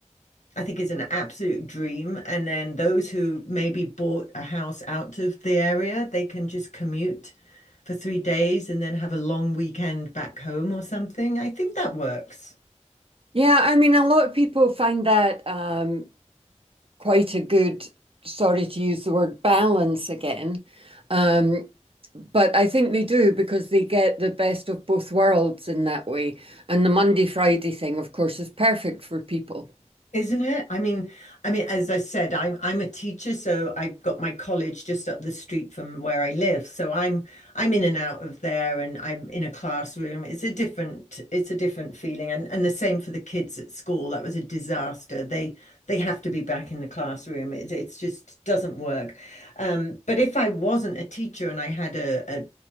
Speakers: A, on the left; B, on the right.
A: I think is an absolute dream. And then those who maybe bought a house out of the area, they can just commute for three days and then have a long weekend back home or something. I think that works.
B: Yeah, I mean, a lot of people find that um, quite a good, sorry to use the word balance again. Um, but I think they do because they get the best of both worlds in that way. And the Monday Friday thing, of course, is perfect for people.
A: Isn't it? I mean, I mean, as I said, I'm I'm a teacher, so I've got my college just up the street from where I live. So I'm I'm in and out of there and I'm in a classroom. It's a different it's a different feeling. And and the same for the kids at school. That was a disaster. They they have to be back in the classroom. It it's just doesn't work. Um, but if I wasn't a teacher and I had a, a,